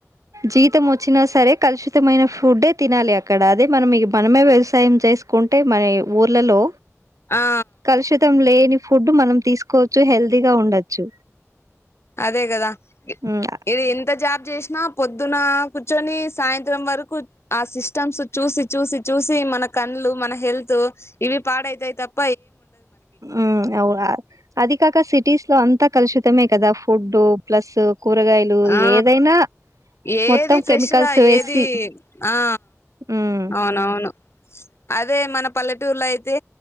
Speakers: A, on the right; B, on the left.
A: జీతం ఒచ్చినా సరే కలుషితమైన ఫుడ్డే తినాలి అక్కడ అదే మనం ఇగ మనమే వ్యవసాయం చేస్కుంటే మన ఏ ఊర్లలో
B: ఆ
A: కలుషితం లేని ఫుడ్డ్ మనం తీసుకోవచ్చు హెల్దీగా ఉండొచ్చు
B: అదే గదా
A: మ్
B: ఇది ఇంత జాబ్ చేష్ న పొద్దున కూర్చొని సాయంత్రం వరకు ఆ సిస్టమ్స్ చూసి చూసి చూసి మనక్ కన్లు మన హెల్తు ఇవి పాడైతయ్ తప్
A: ఊ అవ్ కాద్ అది కాక సిటీస్ లో అంతా కలుషితమే కదా ఫుడ్డు ప్లస్సు కూరగాయలు
B: ఆ
A: ఏదైనా
B: ఏది
A: మొత్తం
B: ఫ్రెష్గా
A: కెమికల్స్ వేసి
B: ఏది ఆ
A: మ్
B: ఔనౌను అదే మన పల్లెటూర్లో అయితే